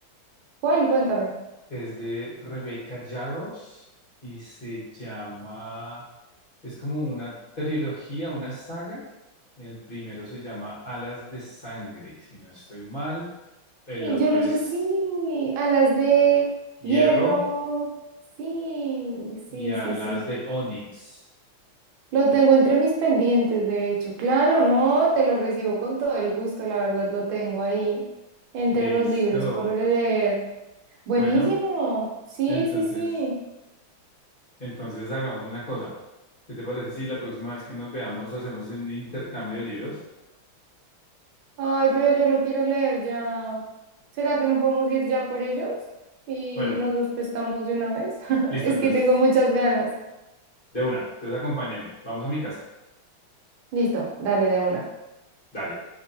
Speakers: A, on the right (about 75°); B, on the left (about 35°).
A: ¿Cuál? Cuéntame.
B: Es de Rebecca Yarros y se llama, es como una trilogía, una saga. El primero se llama Alas de Sangre, si no estoy mal. El
A: Ay,
B: otro
A: yo lo
B: es
A: sé, sí, a las de
B: Hierro
A: hierro. Sí,
B: y
A: sí,
B: Alas
A: sí, sí.
B: de Onix.
A: Lo tengo entre mis pendientes, de hecho. Claro, no, te lo recibo con todo el gusto, la verdad, lo tengo ahí entre
B: Listo.
A: los libros por leer. Buenísimo.
B: Bueno,
A: Sí,
B: entonces,
A: sí, sí.
B: entonces hagamos una cosa. ¿Qué te parece si la próxima vez que nos veamos hacemos un intercambio de libros?
A: Ay, pero yo lo quiero leer ya. ¿Será que no podemos ir ya por ellos? Y
B: Bueno,
A: nos los prestamos de una vez. <laughs>
B: listo,
A: Es
B: entonces,
A: que tengo muchas ganas.
B: de una. Entonces acompáñame. Vamos a mi casa.
A: Listo, dale de una.
B: Dale.